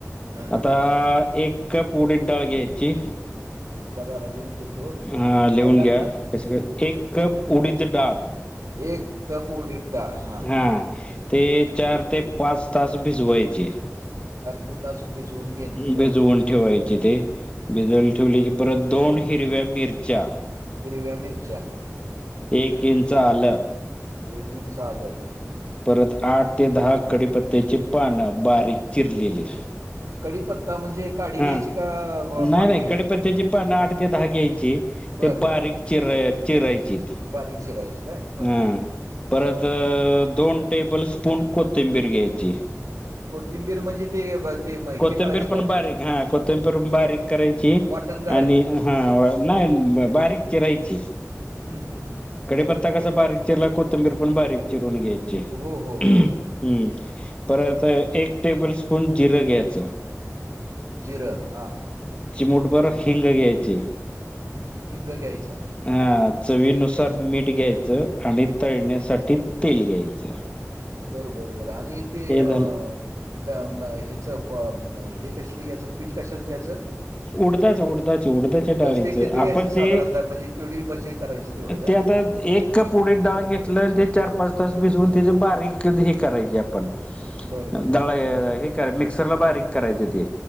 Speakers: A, on the right; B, on the left.
A: हां,
B: आता एक उडीत डाळ घ्यायची
A: थांबा जरा लिहून घेतो.
B: हा लिहून
A: काय लागणार?
B: घ्या क एक कप उडीद डाळ.
A: एक कप उडिद डाळ हा
B: हा ते चार ते पाच तास भिजवायची
A: ते तास भिजवून घेणे. बरं.
B: भिजवून ठेवायचे ते भिजायला ठेवली की परत दोन हिरव्या मिरच्या.
A: हिरव्या मिरच्या.
B: एक इंच आलं.
A: एक इंच आलं.
B: परत आठ ते दहा कडिपत्त्याची पानं बारीक चिरलेली.
A: कडीपत्ता म्हणजे काडी घ्यायची
B: हा,
A: का
B: नाही
A: अ, पानं
B: नाही
A: घ्यायची?
B: कडिपत्त्याची पान आठ ते दहा घ्यायची
A: बरं,
B: ते
A: बरं.
B: बारीक चिर चिरायची
A: बारीक चिरायची काय बरं बरं
B: हा परत दोन टेबल स्पून कोथिंबीर घ्यायची.
A: कोथिंबीर मंजे ते ब ते म
B: कोथंबीर
A: हे करायचं
B: पण
A: का
B: बारीक हा कोथंबीर पण बारीक करायची
A: वाटण करायचं?
B: आणि हा नाही बारीक चिरायची
A: हम् हम्म हम!
B: कडिपत्ता कसा बारीक चिरला कोथंबीर पण बारीक चिरून घ्यायची
A: हो, हो,
B: हम्म
A: हो.
B: परत एक टेबल स्पून जिरं घ्यायचं.
A: जिर हा
B: चिमुट बर हिंग घ्यायची.
A: हिंग घ्यायचा
B: हा चवीनुसार मीठ घ्यायचं आणि तळण्यासाठी तेल घ्यायचं.
A: बर बर बरं, आणि ते
B: हे
A: ह्याच
B: झालं
A: कसली घ्यायचं पीठ कशाच घ्याच?
B: उडदाच, उडदाच, उडदाच्या डाळीचं
A: ते किती घ्यायचं
B: आपण
A: साधारणतः
B: ते
A: म्हणजे केवढी भजी करायची तेवढं काय?
B: ते आता एक कप उडीद डाळ घेतलं ते चार-पाच तास भिजवून त्याचं बारीक हे करायचे आपण
A: बरं, बरं.
B: दळ
A: बरं.
B: हे करा मिक्सरला बारीक करायचं ते